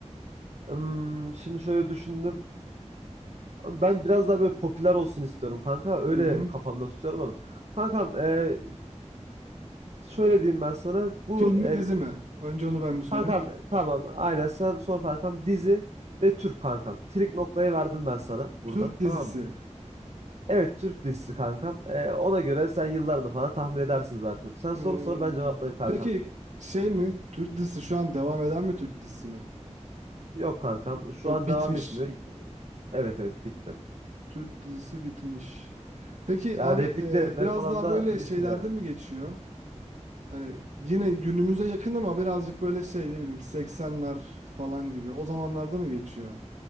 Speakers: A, on the right (about 60°); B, on the right (about 80°).
A: Hmm, şimdi şöyle düşündüm. Ben biraz daha böyle popüler olsun istiyorum kanka. Öyle
B: Hı hı.
A: kafamda tutuyorum ama. Kankam e, şöyle diyeyim ben sana.
B: Film
A: Bu
B: mi
A: e,
B: dizi mi? Önce onu ben bir sorayım.
A: kankam tamam aynen sen sor kankam dizi ve Türk kankam. Trik noktayı verdim ben sana buradan
B: Türk dizisi.
A: tamam mı? Evet Türk dizisi kankam. Ee, ona göre sen yıllarını falan tahmin edersin zaten. Sen soru
B: Ee,
A: sor ben cevaplayayım kankam.
B: peki şey mi? Türk dizisi şu an devam eden mi Türk dizisi mi?
A: Yok kankam şu
B: Yok
A: an
B: bitmiş.
A: devam etmiyor. Evet evet bitti.
B: Türk dizisi bitmiş. Peki
A: Ya
B: abi
A: repliklerle
B: e, biraz
A: falan
B: daha
A: da
B: böyle
A: meşhur
B: şeylerde
A: yani.
B: mi geçiyor? Hani yine günümüze yakın ama birazcık böyle şey ne bileyim 80'ler falan gibi. O zamanlarda mı geçiyor?